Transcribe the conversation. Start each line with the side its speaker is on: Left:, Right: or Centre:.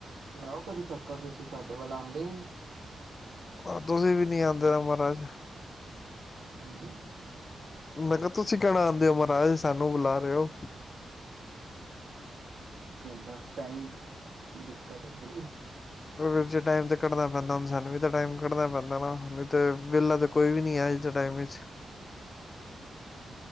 Right: ਲਾਓ ਕਦੇ ਚੱਕਰ ਤੁਸੀਂ ਸਾਡੇ ਵੱਲ ਆਂਦੇ ਹੀ ਨਹੀਂ।
Left: ਆਹ ਤੁਸੀਂ ਵੀ ਨੀ ਆਂਦੇ ਨਾ ਮਹਾਰਾਜ।
Right: ਹਾਂਜੀ?
Left: ਮੈਂ ਕਿਹਾ ਤੁਸੀਂ ਕਿਹੜਾ ਆਂਦੇ ਹੋ ਮਹਾਰਾਜ ਸਾਨੂੰ ਬੁਲਾ ਰਹੇ ਹੋ।
Right: ਹਾਂ, ਟਾਈਮ, ਦੀ ਦਿੱਕਤ ਹੈ ਥੋੜ੍ਹੀ।
Left: ਵੀਰ ਜੀ ਟਾਈਮ ਤੇ ਕੱਢਣਾ ਪੈਂਦਾ ਹੂੰ ਸਾਨੂੰ ਵੀ ਤਾਂ ਟਾਈਮ ਕੱਢਣਾ ਪੈਂਦਾ ਵਾ ਨਈ ਤੇ ਵੇਲਾ ਤਾਂ ਕੋਈ ਵੀ ਨੀ ਹੈ ਅੱਜ ਦੇ ਟਾਈਮ ਵਿੱਚ।